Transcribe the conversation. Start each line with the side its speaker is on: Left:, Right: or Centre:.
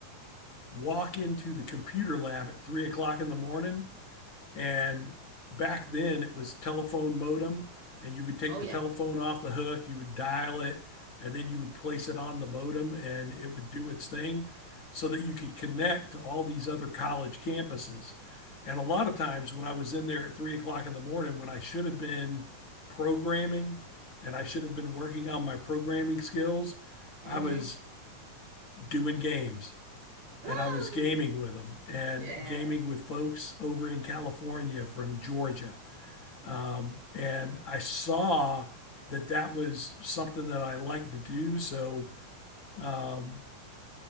Left: walk into the computer lab at three o'clock in the morning And back then it was telephone modem, and you would take
Right: Oh,
Left: the
Right: yeah.
Left: telephone off the hook, you would dial it, and then you would place it on the modem, and it would do its thing so that you could connect to all these other college campuses. And a lot of times when I was in there at three o'clock in the morning, when I should have been programming and I should have been working on my programming skills,
Right: Mm
Left: I was
Right: hmm.
Left: doing games and
Right: Oh,
Left: I was gaming with them and
Right: yeah.
Left: gaming with folks over in California from Georgia. Um, and I saw that that was something that I liked to do. So um,